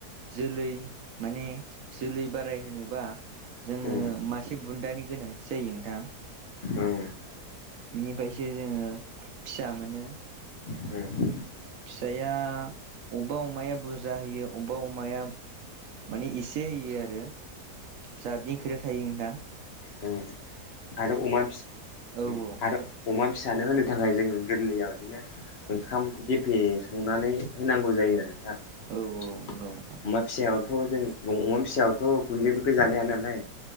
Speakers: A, on the right; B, on the left.
A: जोलै माने जोलै बाराय होनोबा जोङो
B: उम
A: मासे बुन्दानि गोनांथि जायो नोंथां।
B: उम
A: बिनिफायसो जोङो फिसा मोनो।
B: उम
A: फिसाया अब्बा अमाया बुरजा होयो अब्बा अमाया माने इसे होयो आरो जातनि खोथा थायो नोंथां।
B: ओं। आरो अमा फिस
A: औ औ नोंथां
B: आरो अमा फिसानो होनो थाखाय जोङो गोरलैयाव इदिनो ओंखाम गेफे संनानै होनांगौ जायो आरो नोंथां।
A: औ नंगौ
B: अमा
A: नोंथां
B: फिसायावथ' जों उम अमा फिसायावथ' गुन्दैफोरखो जानो हाया नालाय